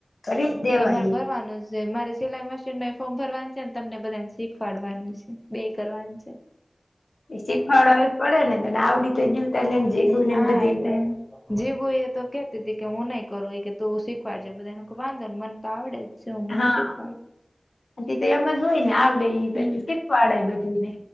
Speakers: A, on the left (about 90°); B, on the left (about 20°).
A: કરી જ દેવાય
B: એ મારે ભરવાનું જ જે મારે સિલાઈ મશીન ફોર્મ ભરવાનું છે ને તમને બધાને શીખવાડવાનું છે બે કરવાની છે.
A: શીખવાડાવ પડે ને તને આવડી તો જોતા ને
B: હા
A: બધી
B: આતે જીભું એ તો કેતી હતી કે હું નહી કરું એ કે તું શીખવાડજે બધા ને મે કહું વાંધો ને મન તો આવડે જ. છે હું
A: હા
B: શીખવાડ
A: પછી તો એમ જ હોય ને આવડે એ
B: હમ
A: પછી શીખવાડાય બધીને.